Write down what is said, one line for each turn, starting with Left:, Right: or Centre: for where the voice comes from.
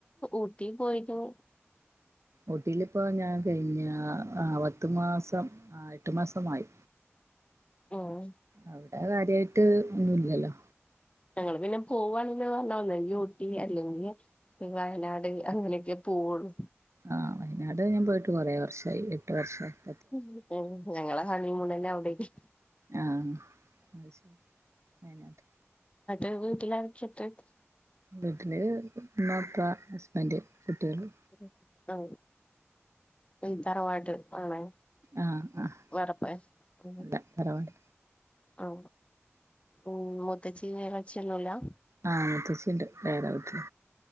Left: ഊട്ടി പോയിക്ക്ണു
Right: ഊട്ടിയിലിപ്പോ ഞാൻ കഴിഞ്ഞാ അ പത്ത് മാസം അ എട്ടു മാസമായി
Left: <inaudible> ഉം
Right: അവിടെ കാര്യായിട്ട് ഒന്നുല്ലല്ലോ
Left: ഞങ്ങള് പിന്നെ പോവാണെന്ന് പറഞ്ഞന്ന ഊട്ടി അല്ലെങ്കിൽ വയനാട് അങ്ങനെയൊക്കെ പോ ഓള്
Right: ആ വയനാട് ഞാൻ പോയിട്ട് കുറേ വർഷായി എട്ട് വർഷായി അ
Left: മ് ഞങ്ങള ഹണിമൂണേന്നെ അവിടേയന്
Right: ആഹ് അത് ശരി വയനാട്
Left: <unintelligible> എല്ലാരും <unintelligible>
Right: വീട്ടില് ഉമ്മ ഉപ്പ ഹസ്ബൻഡ് കുട്ടികള്
Left: <unintelligible> ആ പിന്നെ തറവാട്ട് ആണേ
Right: ആഹ് ആഹ്
Left: വേറെ പോയാ <unintelligible>
Right: അല്ല തറവാട്
Left: ആ ഉം മുത്തച്ചി <unintelligible> ല
Right: ആഹ മുത്തച്ചിണ്ട് വേറെ വീട്ടില